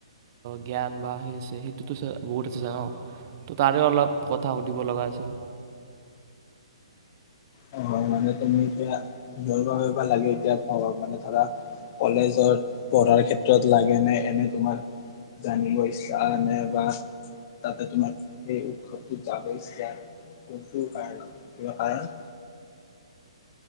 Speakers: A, on the right; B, on the left.
A: জ্ঞান বা আছে। সেইটোতো বহুত আছে ত' তাৰে অলপ কথা সুধিব লগা আছিল।
B: অ হয়, মানে তুমিৰ ধৰা ঘৰুৱা ভাবে লাগেনে এতিয়া মানে ধৰা কলেজত পঢ়াৰ ক্ষেত্ৰত লাগে নে, এনে তোমাৰ জানিব ইচ্ছা নে বা তাতে তোমাৰ সেই উৎসৱটোত যাব ইচ্ছা, কোনটো কাৰণত কাৰণ?